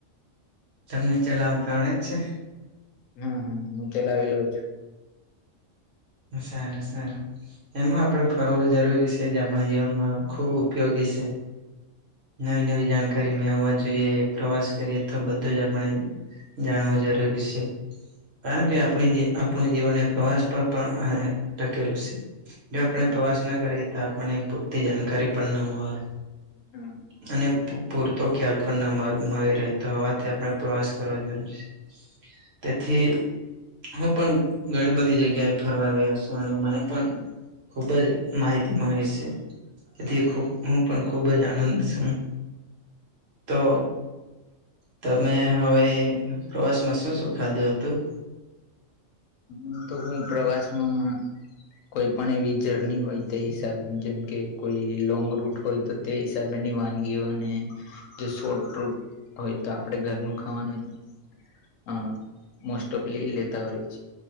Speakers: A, on the right (about 55°); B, on the left (about 80°).
A: તમને ચલાવતા આવડે છે?
B: હમ હમ હું ચલાવી લઉ છું.
A: સારુ સારુ એમાં આપણે ફરવું જરૂરી છે. જે આપણા જીવનમાં ખૂબ ઉપયોગી છે. નવી નવી જાણકારી મે હોવા જોઈએ પ્રવાસ કરીએ તો બધું જ આપણે જાણવો જરૂરી છે કારણ કે, આપણી જે આપણું જીવન એ પ્રવાસપ ટકેલું છે. જો આપણે
B: હા
A: પ્રવાસ ના કરીએ તો આપણે પો તે જાણકારી પણ ન મળે.
B: હા
A: અને પુ પૂરતો ખ્યાલ પણ ના મ મળી રહેતો હોવાથી આપણે પ્રવાસ કરવા જરૂરી છે તેથી હું પણ ઘણી બધી જગ્યાએ ફરવા ગયો છુ અને મને પણ ખુબ જ માહિતી મળી છે. તેથી ખબ હું પણ ખુબ જ આનંદ છું. તો તમે હવે પ્રવાસમાં શું શું ખાધું હતું?
B: એમ તો હું પ્રવાસમાં કોઈ પણ એવી જર્ની હોય તે હિસાબે જેમ કે કોઈ લોંગ રૂટ હોય તો તે હિસાબેની વાનગીઓને જો શોર્ટ રુટ હોય તો આપણે ઘરનું ખાવાનું. હ મોસ્ટ ઓફલી લેતા હોય છે.